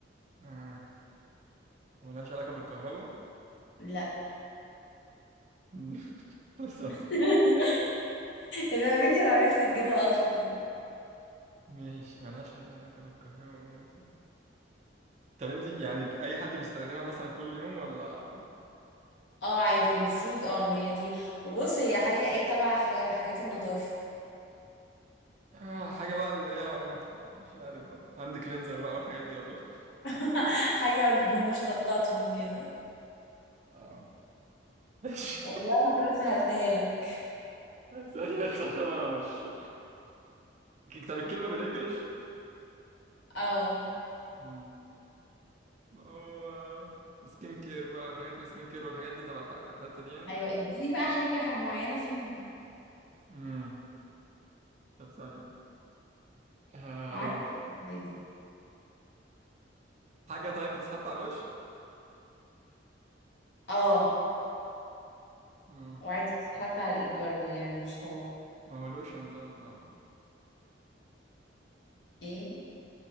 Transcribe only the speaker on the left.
لا
<laughs> يبقى مني لو عرفت تجيبها اصلا
اه عادي المفروض اه ان هي دي وبص هي حاجة ايه تبع حاجة حاجات النظافة
<laughs> حاجة من مشتقاتهم كده
والله انا كده سهلتها لك
اه
ايوه اديني بقى حاجة ح- معينة فيهم
معاك عادي
اه
وعادي بتتحط على الايد برضو يعني مش هو
ايه